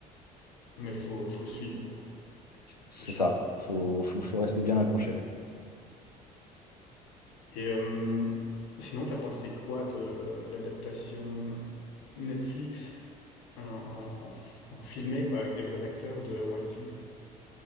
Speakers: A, on the left; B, on the left.
A: Mais faut, faut suivre, quoi.
B: C'est
A: C'est chaud.
B: ça, faut, faut, faut rester bien accroché.
A: Et euh, sinon, t'as pensé quoi de l'adaptation Netflix en, en, en- en filmé, quoi, avec des vrais acteurs de One Piece?